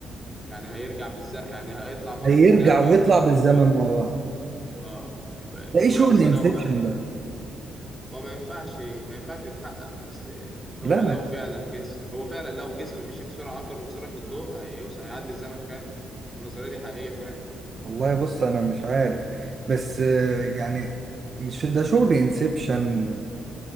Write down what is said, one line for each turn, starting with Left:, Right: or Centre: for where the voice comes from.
Centre: يعني هيرجع بالذات يعني هيطلع مره
Right: هيرجع
Centre: لقدام وهيرجع
Right: ويطلع
Centre: مره
Right: بالزمن
Centre: لورا
Right: مع بعض
Centre: اه ب-
Right: ده ايه
Centre: هو
Right: شغل
Centre: اصلا
Right: انسبشن
Centre: هو ما
Right: ده
Centre: هو ما ينفعش ما ينفعش يتحقق بس هو
Right: لا ما-
Centre: لو فعلا جسم هو فعلا لو جسم مشي بسرعه اكبر من سرعه الضوء هيوصل هيعدي الزمن فعلا النظريه دي حقيقيه فعلا
Right: والله بص انا مش عارف بس آه، يعني مش ده شغل انسبشن